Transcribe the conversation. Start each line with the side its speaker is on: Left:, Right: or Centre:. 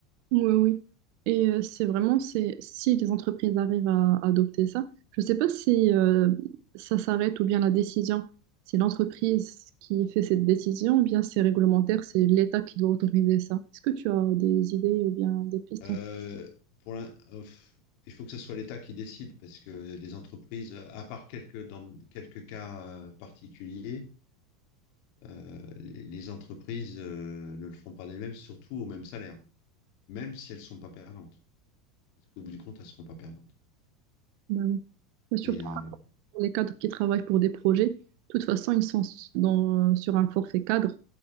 Right: Oui, oui. Et euh, c'est vraiment, c'est si les entreprises arrivent à adopter ça, je ne sais pas si euh, ça s'arrête ou bien la décision, c'est l'entreprise qui fait cette décision ou bien c'est réglementaire, c'est l'État qui doit autoriser ça. Est-ce que tu as des idées ou bien des pistes
Left: Euh,
Right: en-
Left: pour l'in- euh, f- il faut que ce soit l'État qui décide parce que les entreprises, à part quelques, dans quelques cas euh, particuliers, euh, les, les entreprises euh, ne le feront pas d'elles-mêmes, surtout au même salaire, même si elles sont pas perdantes. Parce qu'au bout du compte, elles seront pas perdantes.
Right: Ben oui. Mais Surtout
Left: Mais euh,
Right: pour les cadres qui travaillent pour des projets, de toute façon, ils sont s- dans, sur un forfait cadre.